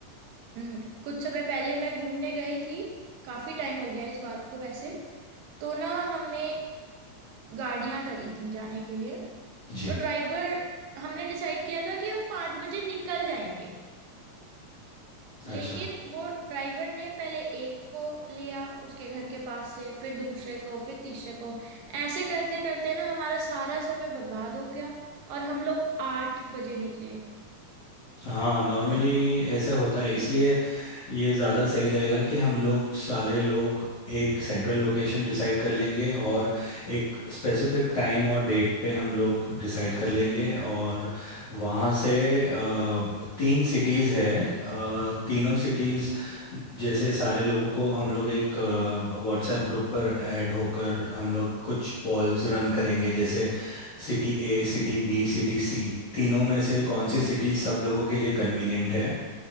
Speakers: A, on the right; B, on the left.
A: हम्म, कुछ समय पहले मैं घूमने गई थी काफी टाइम हो गया इस बात को वैसे तो ना हमने गाड़ियां करी थी जाने के लिए
B: जी
A: तो ड्राइवर हमने डिसाइड किया था कि हम पाँच बजे निकल जाएंगे
B: अच्छा
A: लेकिन वो ड्राइवर ने पहले एक को लिया उसके घर के पास से फिर दूसरे को फिर तीसरे को ऐसे करते करते ना हमारा सारा समय बर्बाद हो गया और हम लोग आठ बजे निकले
B: हाँ नॉर्मली ऐसे होता है इसलिए ये ज़्यादा सही रहेगा कि हम लोग सारे लोग एक सेंट्रल लोकेशन डिसाइड कर लेंगे और एक स्पेसिफिक टाइम और डेट पे हम लोग डिसाइड कर लेंगे और वहाँ से अ, तीन सिटीज़ है अ, तीनों सिटीज़ जैसे सारे लोगों को हम लोग एक व्हाट्सएप ग्रुप पर ऐड होकर हम लोग कुछ पॉल्स रन करेंगे जैसे city A city B city C तीनों में से कौन सी सिटी सब लोगों के लिए कन्वीनियंट है